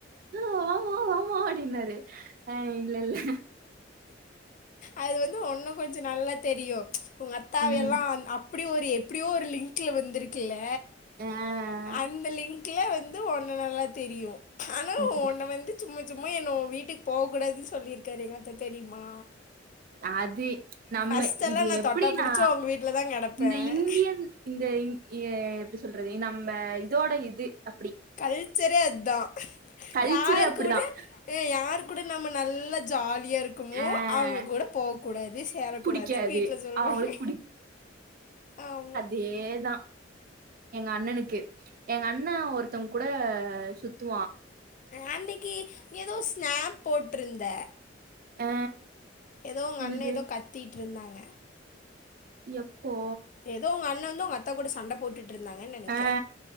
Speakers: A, on the right (about 50°); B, on the left (about 40°).
A: ஓ வாமா அப்டின்னாரு ஆ இல்லல்ல
B: அது வந்து உன்ன கொஞ்ச நல்லா தெரியு உங் அத்தாவயெல்லா
A: ம்
B: அப் பிடி ஒரு எப்டியோ ஒரு லிங்க்ல்ல வந்துருக்குல்ல
A: அஹ்
B: அந்த லிங் க்ல்ல வந்து ஒன்ன நல்லா தெரியு ஆனா
A: ம்,
B: ஒன்ன வந்து சும்ம சும்மா என்ன ஓ வீட்டுக் போகூடாதுன் சொல்லிருக்காரு எங்க அத்த தெரியுமா
A: அது நம்ம
B: ஃபஸ்ட்டெல்லா
A: இது
B: நா
A: எப்பிடின்னா
B: தொட்டா புடிச்சு உங்க வீட்ல தா கெடப்பே
A: இந்த இந்தியன் இந்த இந் எ எப்டி சொல்றது நம்ப இதோட இது அப்டி
B: கல்ச்சரே அத்தா
A: கல்ச்சரே
B: யார்
A: அப்படிதான்
B: கூட யார் கூட நம்ம நல்லா ஜாலியா இருக்குமோ
A: ஆஹ்
B: அவங்க கூட போக்கூடாது சேரக்கூடாதுன்
A: புடிக்காது.
B: வீட்ல சொல்லுவாங்க
A: அவங்களுக்கு
B: ஆமா
A: இதேதா எங்க அண்ணனுக்கு எங்க அண்ணா ஒருத்தங் கூட சுத்துவா
B: அன்னிகி ஏதோ ஸ்னாப் போட்டிருந்த
A: அ
B: எதோ உங்க
A: என்னது
B: அண்ணே எதோ கத்திட்டுருந்தாங்க
A: எப்போ
B: ஏதோ உங்க அண்ண வந்து உங்க அத்த கூட சண்ட போட்டுட் ருந்தாங்கன் நெனக்கிறே
A: அ